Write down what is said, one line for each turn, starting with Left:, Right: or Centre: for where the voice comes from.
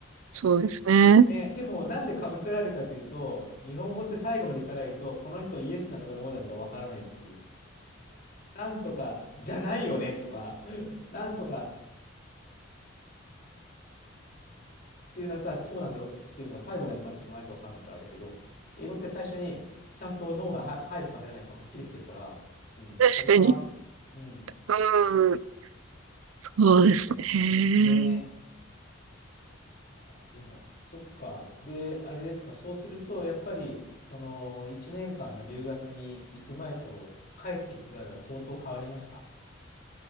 Right: そうですね。うん
Left: ね、でもなんで被せられるかというと、日本語って最後まで聞かないと、この人イエスなのかどうなのか分からないっていう。なんとかじゃないよねとか、なんとかっていうなるか、そうなんだよっていうのが最後まで来ないと分かんないからあれだけど、英語って最初にちゃんと脳がは入るか入らないかはっきりしてるから、うん、
Right: 確かに。
Left: そこかなと思う。うん。
Right: うん。そうですね。
Left: ねえ。いや、でも、そっか。で、あれですか、そうすると、やっぱり、その、1年間の留学に行く前と帰ってきてから相当変わりました。